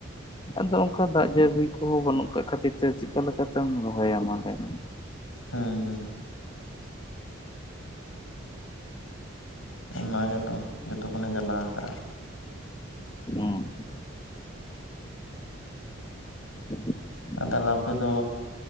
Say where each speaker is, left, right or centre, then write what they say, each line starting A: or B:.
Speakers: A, on the left; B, on the left.
A: ᱟᱫᱚ ᱚᱱᱠᱟ ᱫᱟᱜ ᱡᱟᱹᱲᱤ ᱠᱚᱦᱚᱸ ᱵᱟᱹᱱᱩᱜ ᱠᱟᱜ ᱠᱷᱟᱹᱛᱤᱨ ᱛᱮ ᱪᱤᱠᱟ ᱞᱮᱠᱟ ᱛᱮᱢ ᱨᱚᱦᱚᱭᱟ ᱢᱟ ᱞᱟᱹᱭᱢᱮ,
B: ᱦᱮᱸ ᱦᱮᱸ ᱚᱱᱟ ᱜᱮᱛᱚ ᱡᱚᱛᱚᱠᱷᱚᱱᱮ ᱡᱟᱞᱟ ᱟᱠᱟᱼᱟ᱾
A: <unintelligible> <unintelligible>
B: ᱛᱟᱦᱚᱞᱮ ᱟᱯᱮᱫᱚᱻ